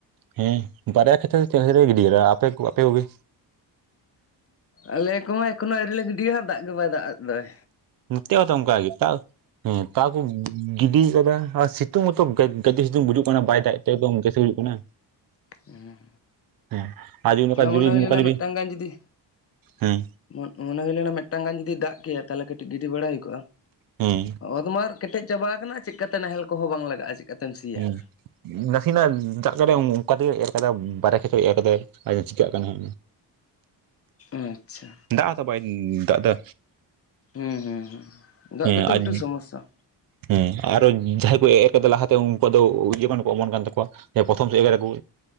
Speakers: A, on the right; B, on the left.
A: ᱦᱮᱸ ᱵᱟᱨᱭᱟ ᱠᱷᱮᱛᱮ ᱠᱷᱮᱛᱨᱮ ᱜᱤᱰᱤ ᱠᱮᱫᱟ ᱟᱯᱮ ᱠᱚ ᱟᱯᱮ ᱠᱚᱜᱮ
B: ᱟᱞᱮ ᱠᱚᱢᱟ ᱮᱠᱷᱚᱱᱚ ᱟᱹᱨᱤ ᱞᱮ ᱜᱤᱰᱤᱭᱟ ᱦᱟᱸᱜ ᱫᱟᱜᱽ ᱜᱮ ᱵᱟᱭ ᱫᱟᱜᱽ ᱮᱫ ᱫᱟᱭ
A: ᱱᱚᱛᱮ ᱦᱚᱸᱛᱚ ᱚᱝᱠᱟ ᱜᱤ ᱛᱟᱣ ᱦᱮᱸ ᱛᱟᱣ ᱠᱚ ᱜᱤᱰᱤ ᱠᱟᱫᱟ ᱟᱨ ᱥᱤᱛᱩᱝ ᱦᱚᱛᱚ ᱜᱟᱡ ᱜᱟᱡᱮ ᱥᱤᱛᱩᱝ ᱵᱩᱡᱩᱜ ᱠᱟᱱᱟ ᱵᱟᱭ ᱫᱟᱜᱮᱜ ᱛᱮ ᱮᱠᱫᱚᱢ ᱜᱮᱥᱮ ᱵᱩᱡᱟᱹᱜ ᱠᱟᱱᱟ
B: ᱦᱚᱸ
A: ᱦᱮᱸ ᱟᱨ ᱡᱩᱫᱤ ᱱᱚᱝᱠᱟ
B: ᱛᱚ
A: ᱡᱩᱫᱤ
B: ᱢᱚᱱᱮ ᱦᱩᱭ
A: ᱱᱚᱝᱠᱟ
B: ᱞᱮᱱᱟ
A: ᱡᱩᱫᱤ
B: ᱢᱤᱜᱴᱟᱝ ᱜᱟᱱ ᱡᱩᱫᱤ
A: ᱦᱮᱸ
B: ᱢᱚᱱ ᱢᱚᱱᱮ ᱦᱩᱭ ᱞᱮᱱᱟ ᱢᱤᱜᱴᱟᱝ ᱜᱟᱱ ᱡᱩᱫᱤ ᱫᱟᱜᱽ ᱠᱮᱭᱟ ᱛᱟᱦᱚᱞᱮ ᱠᱟᱹᱴᱤᱡᱽ ᱜᱤᱰᱤ ᱵᱟᱲᱟ ᱦᱩᱭ ᱠᱚᱜᱼᱟ
A: ᱦᱮᱸ
B: ᱚᱛ ᱢᱟ ᱟᱨ ᱠᱮᱴᱮᱡᱽ ᱪᱟᱵᱟ ᱟᱠᱟᱱᱟ ᱪᱮᱜᱠᱟᱛᱮ ᱱᱟᱦᱮᱞ ᱠᱚᱦᱚᱸ ᱵᱟᱝ ᱞᱟᱜᱟᱜᱼᱟ ᱪᱮᱫᱠᱟᱛᱮᱢ ᱥᱤᱭᱟ
A: ᱦᱩᱸ ᱱᱟᱥᱮᱱᱟᱜ ᱫᱟᱜᱽ ᱠᱟᱫᱟᱭ ᱚᱝᱠᱟ ᱛᱮᱜᱮ ᱮᱨ ᱠᱟᱫᱟ ᱵᱟᱨᱟ ᱠᱷᱮᱛᱮ ᱮᱨ ᱠᱟᱫᱟᱭ ᱟᱫᱚ ᱪᱤᱠᱟᱜ ᱠᱟᱱᱟ ᱦᱟ
B: ᱟᱪᱪᱷᱟ
A: ᱫᱟᱜᱽ ᱦᱚᱸᱛᱚ ᱵᱟᱭ ᱫᱟᱜᱽ ᱫᱟ
B: ᱦᱩᱸ ᱦᱩᱸ ᱦᱩᱸ ᱫᱟᱜ
A: ᱦᱮᱸ
B: ᱜᱮᱛᱚ
A: ᱟᱫ
B: ᱢᱤᱫᱴᱮᱱ ᱥᱚᱢᱚᱥᱥᱟ
A: ᱦᱮᱸ ᱟᱨᱚ ᱡᱟᱦᱟᱸᱭ ᱠᱚ ᱮᱨ ᱠᱟᱫᱟ ᱞᱟᱦᱟᱛᱮ ᱩᱱᱠᱩᱣᱟᱜ ᱫᱚ ᱡᱚᱠᱷᱚᱱ ᱠᱚ ᱚᱢᱚᱱ ᱠᱟᱱ ᱛᱟᱠᱚᱣᱟ ᱯᱨᱚᱛᱷᱚᱢ ᱥᱮᱫ ᱮᱨᱟ ᱠᱚ